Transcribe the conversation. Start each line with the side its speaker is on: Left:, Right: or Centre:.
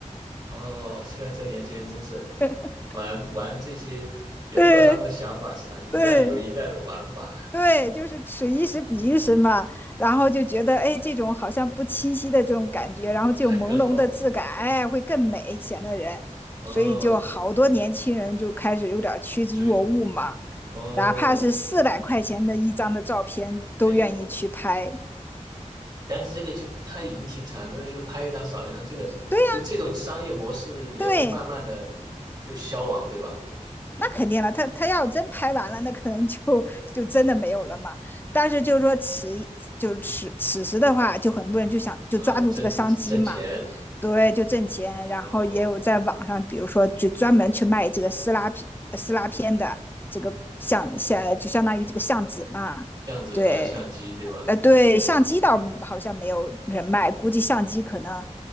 Right: 哦，现在这年轻人真是
Left: <laughs>
Right: 玩玩这些，也不知道他们的想法是啥，
Left: 对
Right: 一代有一代的玩法，
Left: 对。对，就是此一时彼一时嘛，然后就觉得，哎，这种好像不清晰的这种感觉，然后这种朦胧的质感，
Right: 还更好。
Left: 哎，会更美，显得人，
Right: 哦，
Left: 所以就好多年轻人就开始有点趋之若鹜嘛，
Right: 追，哦，
Left: 哪怕是四百块钱的一张的照片，都愿意去拍。
Right: 哎呦。但是这个就它已经停产了，就是拍一张少一张，这个就这种商业模式也会慢慢的
Left: 对呀，对，
Right: 就消亡，对吧？
Left: 那肯定了，他他要真拍完了，那可能就就真的没有了嘛。但是就是说此就是此此时的话，就很多人就想就抓住这个商机嘛。
Right: 嗯，挣挣钱，
Left: 对，就挣钱。
Right: 哦，
Left: 然后也有在网上，比如说就专门去卖这个撕拉片、呃撕拉片的这个相相，就相当于这个相纸嘛。
Right: 这样子和相机，
Left: 对，
Right: 对吧？
Left: 呃，对，相机倒好像没有人卖，估计相机可能，